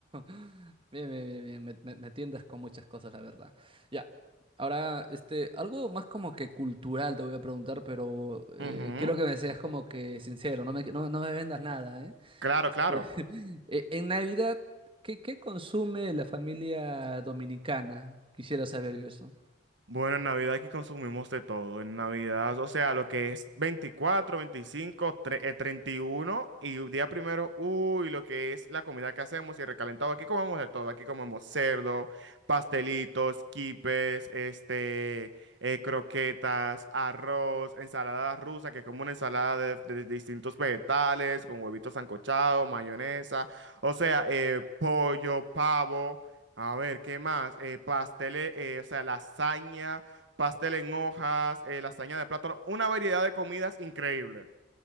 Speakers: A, on the right; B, on the right.
A: <laughs> Bien, bien, bien, bien. Me, me- me tientas con muchas cosas, la verdad. Ya. Ahora, este, algo más como que cultural te voy a preguntar, pero eh,
B: Ujú,
A: quiero que me seas como que sincero, no me, no, no me vendas nada, ¿eh?
B: Claro,
A: Este,
B: claro.
A: <laughs> eh, en Navidad, ¿qué, qué consume la familia dominicana? Quisiera saber yo eso.
B: Bueno, en Navidad aquí consumimos de todo. En Navidad, o sea, lo que es 24 25 tre- eh, 31 y un día primero, uy, lo que es la comida que hacemos y el recalentado. Aquí comemos de todo. Aquí comemos cerdo, pastelitos, quipes, este, eh, croquetas, arroz, ensalada rusa, que es como una ensalada de, de distintos vegetales, con huevitos sancochados, mayonesa, o sea, eh, pollo, pavo. A ver, ¿qué más? Eh, pasteles, eh, eh, o sea, lasaña, pastel en hojas, eh, lasaña de plátano, una variedad de comidas increíble.